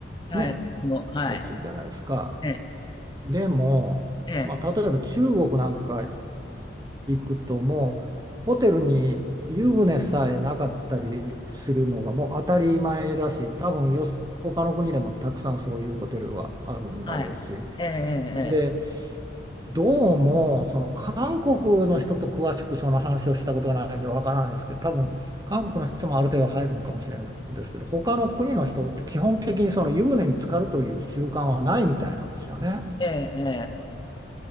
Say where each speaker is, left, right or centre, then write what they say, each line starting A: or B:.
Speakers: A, on the left (about 25°); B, on the right (about 20°).
A: はい、
B: ね、やっ
A: 私も、はい。
B: たりするじゃないですか。
A: ええ、
B: でも、
A: ええ、
B: まあ、例えば中国なんか行くともうホテルに湯船さえなかったりするのがもう当たり前だし多分よ他の国でもたくさんそういうホテルはあるんだろうし
A: はい。
B: で
A: ええ
B: どうもその韓国の人と詳しくその話をしたことがないんでわからないですけど多分韓国の人もある程度入るのかもしれないんですけど他の国の人って基本的にその湯船に浸かるという習慣はないみたいなんですよね。
A: ええええ。ええええ。